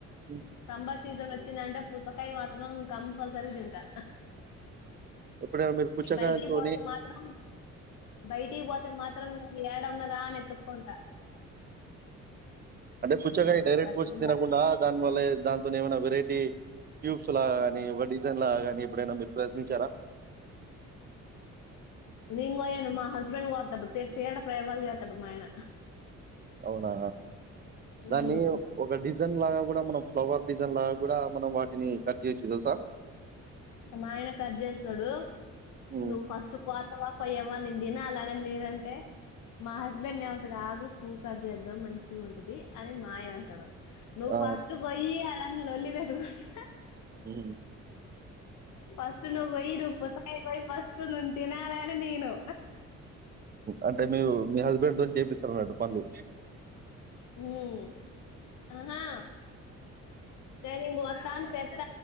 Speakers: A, on the right; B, on the left.
A: హ్మ్.
B: సంబర్ సీజన్ వచ్చిందంటే పుచ్చకాయ మాత్రం కంపల్సరీ తింటా
A: ఎప్పుడనా మీరు పుచ్చకాయతో
B: బయటికి పోతే మాత్రం బయటికి పోతే మాత్రం న ఏడ ఉన్నదా అని ఎతుక్కకుంటా
A: అంటే పుచ్చకాయ
B: ఉమ్
A: డైరెక్ట్
B: అట్లా
A: కోస్కుని
B: తింటా
A: తినకుండా దానివల్ల దాంతోనే ఏమైనా వెరైటీ క్యూబ్స్ లాగాగాని ఒక డిజైన్ లాగాగాని ఎప్పుడైనా మీరు ప్రయత్నించారా
B: నేను కొయాను మా హస్బెండ్ కొతాడు తేడా ప్రయోగాలు చేస్తాడు మా ఆయన
A: అవునా దాన్ని
B: ఉమ్
A: ఒక డిజైన్ లాగా కూడా మనం ఫ్లవర్ డిజైన్ లాగా కూడా మనం వాటిని కట్ చేయచ్చు తెలుసా
B: మా ఆయన కట్ చేస్తాడు
A: హ్మ్.
B: నువ్వు ఫస్ట్ కోత యావ నేను తినాలని అంటే మా హస్బెండ్ ఏమి ఉంటాడు ఆగు పూ కట్ చేద్దాం మంచిగా ఉంటది అని మా ఆయన అంటాడు నువ్
A: ఆ!
B: ఫస్ట్ గొయి అలానికి లోలి బెట్కుంట
A: ఉ
B: ఫస్ట్ నువ్వు కోయి నువు పుచ్చకాయ కోయ్ ఫస్ట్ నేను తినాలని తీయను
A: అంటే మీరు మీ హస్బెండ్ తో చేపిస్తారు అన్నట్టు పనులు
B: హ్మ్మ్ ఆహా నేన్ కొత్త అని తెత